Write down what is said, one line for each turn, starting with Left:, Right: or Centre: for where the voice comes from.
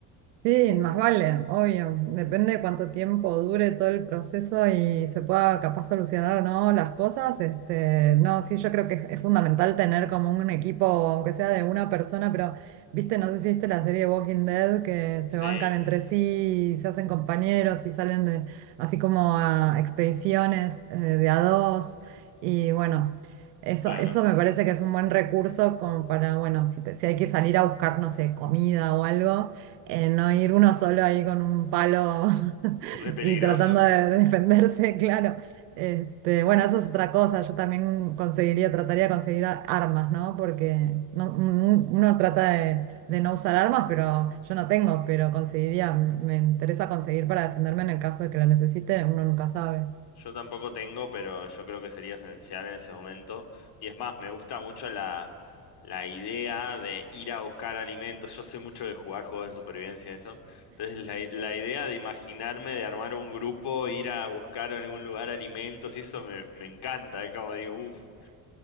Right: Sí, más vale, obvio. Depende de cuánto tiempo dure todo el proceso y se pueda capaz solucionar o no las cosas. Este, no, sí, yo creo que es, es fundamental tener como un equipo, aunque sea de una persona, pero viste, no sé si viste la serie Walking Dead, que
Left: Sí,
Right: se bancan entre sí, y se hacen compañeros y salen de, así como a expediciones eh, de a dos. Y bueno, eso,
Left: claro,
Right: eso me parece que es un buen recurso como para, bueno, si, te- si hay que salir a buscar, no sé, comida o algo eh, no ir uno solo ahí con un palo <laughs>
Left: re peligroso.
Right: y tratando de defenderse, <laughs> claro. Este, bueno, eso es otra cosa. Yo también conseguiría, trataría de conseguir a- armas, ¿no? Porque no- un- uno trata de, de no usar armas, pero yo no tengo, pero conseguiría, m- me interesa conseguir para defenderme en el caso de que la necesite, uno nunca sabe.
Left: Yo tampoco tengo, pero yo creo que sería esencial en ese momento. Y es más, me gusta mucho la, la idea de ir a buscar alimentos. Yo sé mucho de jugar juegos de supervivencia, eso. Entonces, la, la idea de imaginarme, de armar un grupo, ir a buscar en algún lugar alimentos, y eso me, me encanta. Es como digo, uff,